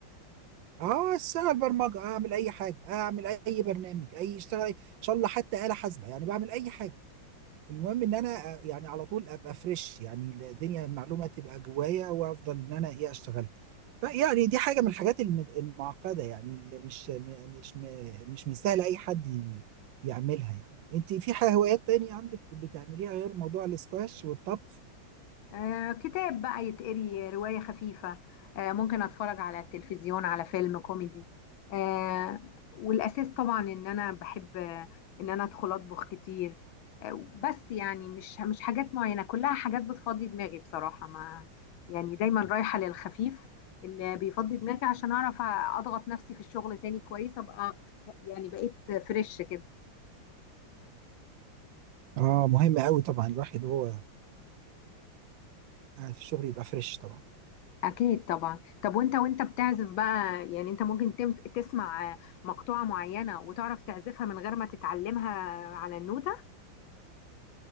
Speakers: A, on the right; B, on the left.
A: اه سهل برمجه اعمل اي حاجه اعمل اي برنامج اي اشتغل ان شاء الله حتى آلة حاسبه يعني بعمل اي حاجه المهم ان انا آه، يعني على طول ابقى فريش يعني الدنيا المعلومه تبقى جوايا وافضل ان انا ايه اشتغلها فيعني دي حاجه من الحاجات الم- المعقده يعني اللي مش م- مش م- مش من سهل اي حد ي- يعملها يعني انت في حاجه هوايات تانية عندك بتعمليها غير موضوع الاسكواش والطبخ
B: آه كتاب بقى يتقري رواية خفيفة آه ممكن اتفرج على التلفزيون على فيلم كوميدي آه والاساس طبعا ان انا بحب آه، ان انا ادخل اطبخ كتير آه بس يعني مش مش حاجات معينة كلها حاجات بتفضي دماغي بصراحة ما يعني دايما رايحة للخفيف اللي بيفضي دماغي عشان اعرف اضغط نفسي في الشغل تاني كويس ابقى ف- يعني بقيت فريش كده
A: اه مهم قوي طبعا الواحد وهو قاعد في الشغل يبقى فريش طبعا
B: أكيد طبعا طب وأنت وأنت بتعزف بقى يعني أنت ممكن تمس تسمع مقطوعة معينة وتعرف تعزفها من غير ما تتعلمها على النوتة